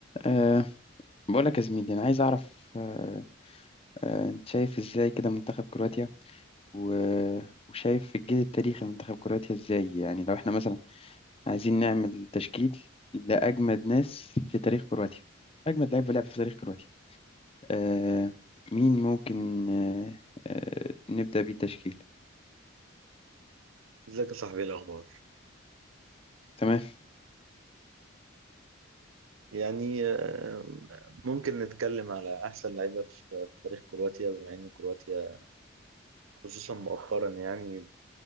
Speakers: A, on the left; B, on the right.
A: أه بقول لك يا زميلي انا عايز اعرف أه أه انت شايف ازاي كده منتخب كرواتيا و- وشايف الجيل التاريخي لمنتخب كرواتيا ازاي يعني لو احنا مثلا عايزين نعمل تشكيل لاجمد ناس في تاريخ كرواتيا اجمد لعيبه لعب في تاريخ كرواتيا أه مين ممكن أه أه نبدا بيه تشكيل
B: ازيك يا صاحبي ايه الاخبار
A: تمام
B: يعني آم، ممكن نتكلم على احسن لعيبه في في تاريخ كرواتيا بما ان كرواتيا خصوصا مؤخرا يعني